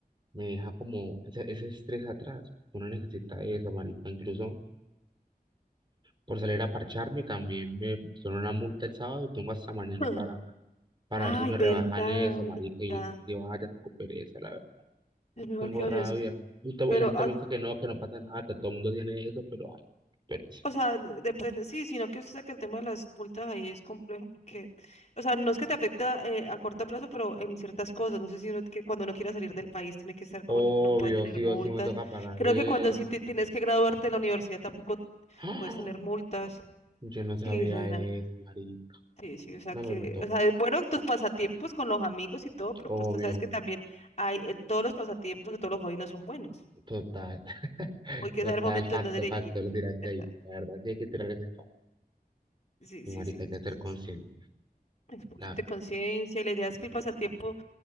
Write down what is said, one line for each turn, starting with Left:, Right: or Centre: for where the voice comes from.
Right: me deja como ese, ese estrés atrás. Uno necesita eso, marica. Incluso por salir a parcharme también me pusieron una multa el sábado y tengo hasta mañana
Left: <laughs>
Right: para, para
Left: Ay,
Right: ver si me
Left: verdad,
Right: rebajan eso,
Left: amiga.
Right: marica. Y yo no sé si vaya, tengo pereza, la
Left: Es mejor
Right: Tengo
Left: que oyes.
Right: rabia. Justo
Left: Pero,
Right: la gente
Left: ah,
Right: me dice que no, que no pasa nada, que todo el mundo tiene eso, pero ay, pereza.
Left: O sea, de- depende, sí, sino que usted saca el tema de las multas ahí es complejo porque, o sea, no es que te afecta eh, a corto plazo, pero en ciertas cosas, no sé si uno que cuando no quiera salir del país tiene que estar
Right: Obvio,
Left: con, no puede tener
Right: sí
Left: multas.
Right: o sí me toca pagar
Left: Creo
Right: eso.
Left: que cuando sí te- tienes que graduarte de la universidad tampoco
Right: ¡Ah!
Left: puedes tener multas.
Right: Yo no
Left: Sí,
Right: sabía
Left: reina.
Right: eso, marica.
Left: Sí, sí, o sea
Right: No,
Left: que,
Right: pero me toca.
Left: o sea, es bueno tus pasatiempos con los amigos y todo, pero
Right: Obvio,
Left: pues tú sabes que también hay, el- todos los pasatiempos de todos los jóvenes son buenos.
Right: total, <laughs>
Left: Hoy que
Right: total,
Left: saber el momento
Right: facto,
Left: en donde elegir,
Right: facto, lo tiraste
Left: ¿verdad?
Right: ahí. La verdad, sí hay que tirar ese facto.
Left: Sí,
Right: Sí,
Left: sí,
Right: marica,
Left: sí. Entonces,
Right: hay que ser consciente.
Left: Es un poquito
Right: La verdad.
Left: de conciencia y la idea es que el pasatiempo,